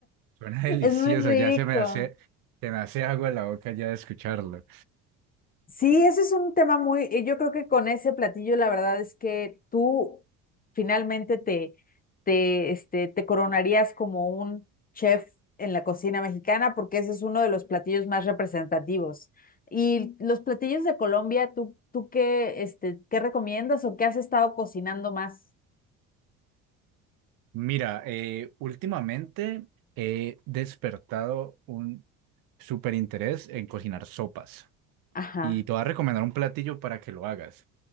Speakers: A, on the right (about 55°); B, on the left (about 25°).
A: suena <laughs> delicioso,
B: Es muy rico.
A: ya se me hace, se me hace agua en la boca ya de escucharlo.
B: Sí, ese es un tema muy, eh, yo creo que con ese platillo la verdad es que tú finalmente te, te, este, te coronarías como un chef en la cocina mexicana porque ese es uno de los platillos más representativos. Y los platillos de Colombia, ¿tú, tú qué, este, qué recomiendas o qué has estado cocinando más?
A: Mira, eh, últimamente he despertado un súper interés en cocinar sopas
B: Ajá,
A: y te voy a recomendar un platillo para que lo hagas.